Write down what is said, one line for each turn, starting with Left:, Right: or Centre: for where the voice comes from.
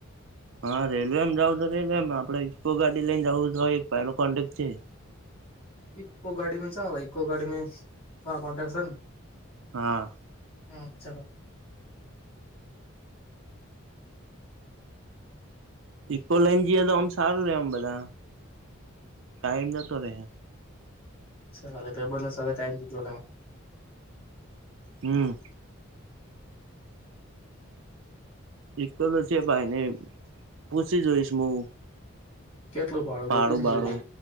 Right: હા રેલવેમ જાવું તો રેલવેમ આપડ ઇકો ગાડી લઈને જવું તો એક ભાઈ નો કોન્ટેક્ટ છે.
Left: ઇકો ગાડીમાં છેવે ઇકો ગાડીમાં તા કન્ટ્રક્ટસે
Right: હા
Left: હા ચાલો
Right: ઇકો લઈન જએ તો આમ સારું રે એમ બધા ટાઈમ જતો રે એમ
Left: ચાલે ભાઈબંધ ને સાથે ટાઈમથી થોડા
Right: હમ એકલો છે ભાઈ ને પૂછી જોઈશ હું
Left: કેટલું ફાળું
Right: ભાડું
Left: કે પૂછી
Right: ભાડું